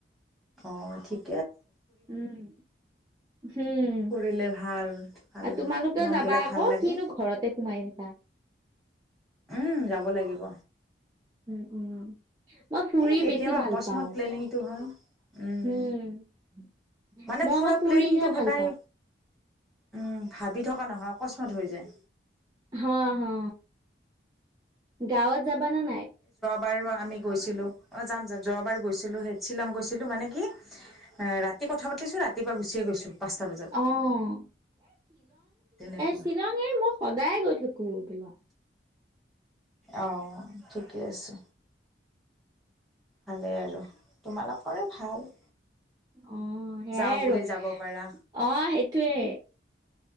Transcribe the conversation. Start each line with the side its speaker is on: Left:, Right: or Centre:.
Centre: অ' ঠিক
Right: উম। হুম,
Centre: ফুৰিলে ভাল, ভাল
Right: আৰু তোমালোকেও
Centre: মনবিলাক
Right: যাবা আকৌ
Centre: ভাল লাগে,
Right: কিনো ঘৰতে সোমাই থাকিব। ন
Centre: উম যাব লাগিব।
Right: উম উম। মই ফুৰি
Centre: এই কেতিয়াবা
Right: বেছি ভাল
Centre: অকস্মাত
Right: পাওঁ,
Centre: প্লেনিংটো হয়, উম,
Right: উম।
Centre: মানে
Right: মই
Centre: ফুৰা
Right: আকৌ ফুৰিহে
Centre: প্লেনিংটো সদায়
Right: ভাল পাওঁ।
Centre: উম, ভাবি থকা নহয় অকস্মাত হৈ যায়।
Right: হা হা, গাঁৱত যাবা নে নাই?
Centre: পাৰিবা আমি গৈছিলো অ' যাম - যাম যোৱাবাৰ গৈছিলো হে শ্বিলং গৈছিলো মানে কি। ৰাতি কথা পাতিছো ৰাতিপুৱা গুচিয়ে গৈছো পাঁচটা বজাত
Right: অ',
Centre: তেনেকুৱ।
Right: শ্বিলঙে মই সদায় গৈ থাকো পলোৱা <inaudible>
Centre: অ' ঠিকে আছে। ভালে আৰু তোমালোক কৰে ভাল।
Right: অ' সেয়াই
Centre: যাওঁ
Right: আৰু
Centre: বুলি
Right: অ'
Centre: যাব পাৰা।
Right: সেইটোৱে।